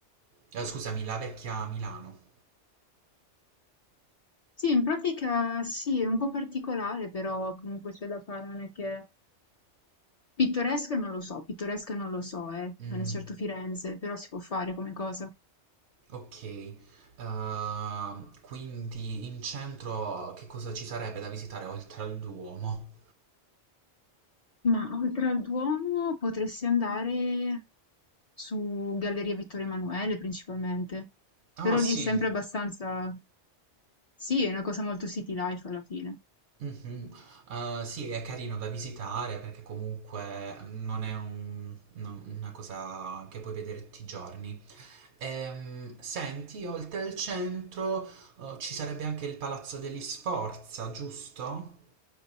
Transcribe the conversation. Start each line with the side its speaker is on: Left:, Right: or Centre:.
Right: Eh, scusami, la vecchia Milano.
Left: Sì, in pratica sì, è un po' particolare, però comunque c'è da fare, non è che Pittoresca non lo so, pittoresca non lo so, eh,
Right: Mm,
Left: non è certo Firenze, però si può fare come cosa.
Right: ok, Ehm, quindi in centro che cosa ci sarebbe da visitare oltre al Duomo?
Left: Ma oltre al Duomo potresti andare su Galleria Vittorio Emanuele principalmente,
Right: Oh
Left: però
Right: sì,
Left: lì è sempre abbastanza... Sì, è una cosa molto city life alla fine.
Right: Mhm. Eh, sì, è carino da visitare perché comunque non è un- non- una cosa che puoi vedere tutti i giorni. Ehm, senti, oltre il centro, eh, ci sarebbe anche il Palazzo degli Sforza, giusto?